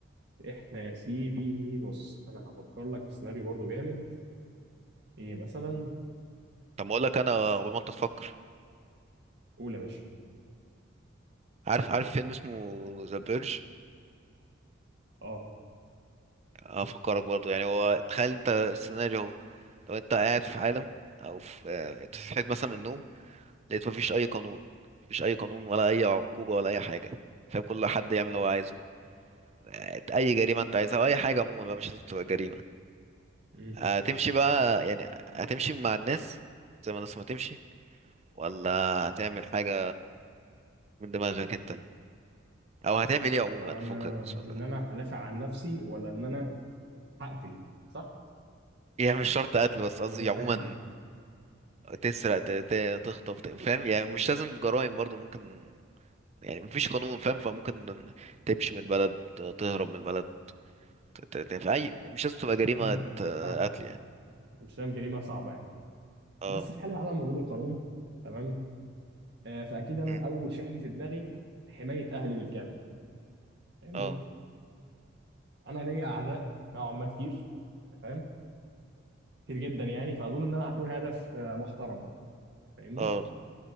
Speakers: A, on the right; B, on the right.
A: احنا يا سيدي بص انا هفكر لك في سيناريو برضه جامد ايه مثلا
B: طب ما اقول لك انا قبل ما انت تفكر
A: قول يا باشا
B: عارف عارف فيلم اسمه ذا بيرج
A: اه
B: افكرك برضه يعني هو تخيل انت السيناريو هو لو انت قاعد في عالم او في آه، انت
A: <laughs> مم.
B: صحيت مثلا من النوم لقيت مفيش اي قانون مفيش اي قانون ولا اي عقوبه ولا اي حاجه فاهم كل حد يعمل اللي هو عايزه آه، اي جريمه انت عايزها واي حاجه عموما بقى مش لازم تبقى جريمه
A: مم.
B: هتمشي بقى يعني هتمشي مع الناس زي ما الناس ما تمشي ولا هتعمل حاجه من دماغك انت او هتعمل ايه عموما
A: يبقى
B: فكك
A: انا
B: من السؤال
A: ان
B: ده
A: انا هدافع عن نفسي ولا ان انا هقتل صح
B: يعني مش شرط قتل بس
A: او
B: قصدي
A: ان انا
B: عموما
A: ههاجم
B: تسرق ت- ت- تخطف ت- فاهم يعني مش لازم جرائم برضو ممكن يعني مفيش قانون فاهم فممكن تمشي من البلد تهرب من البلد ت- ت- في اي مش لازم تبقى جريمة
A: مم.
B: آه،
A: فاهمك
B: قتل يعني
A: مش فاهم جريمه صعبه يعني
B: اه
A: بس في حاله عدم وجود القانون تمام آه فاكيد انا
B: مم.
A: اول شيء هيجي في دماغي حمايه اهلي بالكامل فاهمني
B: اه
A: انا ليا اعداء نوعا ما كتير أنت فاهم كتير جدا يعني فاظن ان انا هكون هدف آه، محترم فاهمني
B: اه